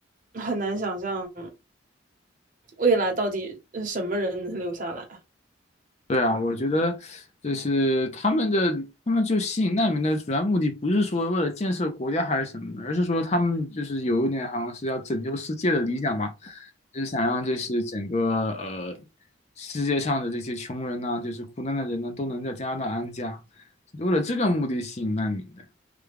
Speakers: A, on the right; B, on the left.
A: 很难想象未来到底呃什么人能留下来。
B: 对啊，我觉得就是他们的，他们就吸引难民的主要目的，不是说为了建设国家还是什么的，而是说他们就是有一点好像是要拯救世界的理想吧，就是想让这是整个呃世界上的这些穷人呐、就是苦难的人呢，都能在加拿大安家，为了这个目的吸引难民的。